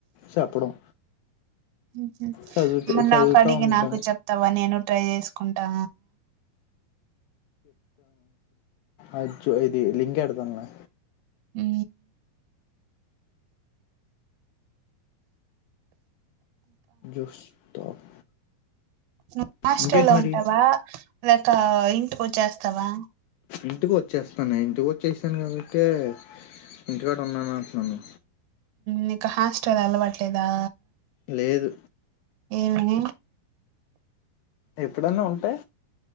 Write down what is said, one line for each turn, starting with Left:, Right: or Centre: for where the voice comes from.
Left: చెప్పడం
Right: ఊహ
Left: చదువుతా
Right: మరి
Left: చదువుతూ
Right: నాకు అడిగి
Left: ఉంటాం
Right: నాకు చెప్తావా నేను ట్రై చేసుకుంటా
Left: అద్ జు ఇది లింక్ ఎడతానులే
Right: ఉ
Left: జొష్ టాప్
Right: నువ్వు హాస్టల్లో
Left: ఇంకేంటి మరి
Right: ఉంటావా లేకా ఇంటికి వచ్చేస్తావా
Left: ఇంటికి వచ్చేస్తాను ఇంటికి వచ్చేసాను కాబట్టే ఇంటికాడ ఉన్నాను అంటున్నాను
Right: నీక హాస్టల్ అలవట్లేదా
Left: లేదు
Right: ఏమని
Left: ఎప్పుడన్నా ఉంటే